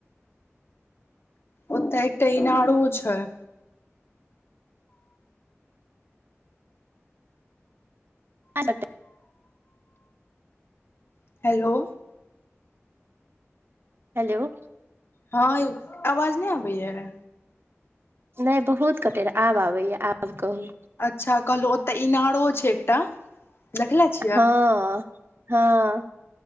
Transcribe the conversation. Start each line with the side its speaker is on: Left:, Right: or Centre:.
Left: ओत एकटा इणारो छय।
Right: <inaudible>
Left: <inaudible>
Right: हेलो।
Left: हं यौ अवाज नै अबैयैऽ?
Right: नै बहुत कटे रहै, आब आबैए आब कहू?
Left: अच्छा कहलहुँ ओतऽ इणरो छै एकटा। देखले छि?
Right: हं-हं-